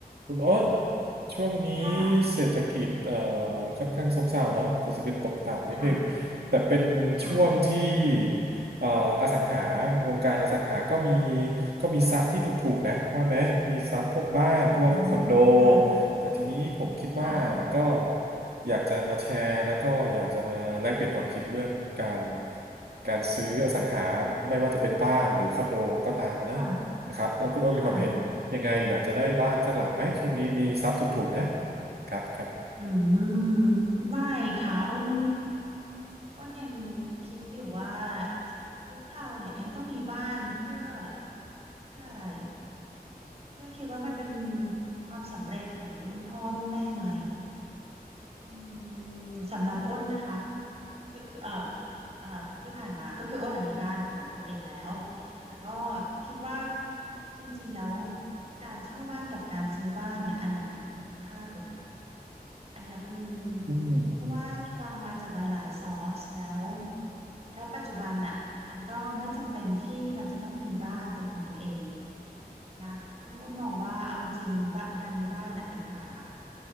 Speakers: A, on the right; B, on the right.
A: คุณอ้นช่วงนี้
B: ค่ะ
A: เศรษฐกิจเอ่อค่อนข้างซบเซาเนาะเศรษฐกิจตกต่ำนิดนึง
B: ค่ะ
A: แต่เป็นช่วงที่
B: ค่ะ
A: เอ่ออสังหาวงการอสังหาก็มีก็มีทรัพย์ที่ถูกๆนะว่าไหมมีทรัพย์พวกบ้านพวกคอนโด
B: อืมค่ะ
A: แต่ทีนี้ผมคิดว่าก็
B: ค่ะ
A: อยากจะมาแชร์แล้วก็อยากจะมาแลกเปลี่ยนความคิดเรื่องการการซื้ออสังหาไม่ว่าจะเป็นบ้านหรือคอนโดก็ตามนะ
B: ค่ะ
A: นะครับแล้วคุณโอ้นมีความเห็นยังไงอยากจะได้บ้านสักหลังไหมช่วงนี้มีทรัพย์ถูกๆนะ
B: ค่ะ
A: ครับครับ
B: อืม ไม่ค่ะอ้นอ้นยังคิดอยู่ว่ายุคเราเนี่ยยังต้องมีบ้านเพื่อเพื่ออะไรเพื่อคิดว่ามันเป็นความสำเร็จเหมือนรุ่นพ่อรุ่นแม่ไหมอืมสำหรับอ้นนะคะ คือคือเอ่ออ่าที่ผ่านมาก็คืออ้นอะมีบ้านของตัวเองแล้วแต่ก็คิดว่าจริงๆแล้วการเช่าบ้านกับการซื้อบ้านเนี่ยอันไหนมันคุ้มค่ากว่ากันอันเนี้ยเป็น
A: อืมอืม
B: เพราะว่าฟังมาจากหลายๆซอสแล้วและปัจจุบันน่ะมันก็ไม่จำเป็นที่เราจะต้องมีบ้านเป็นของตัวเองนะอ้นอ้นมองว่าเอาจริงๆบะการมีบ้านน่ะเป็นภาระ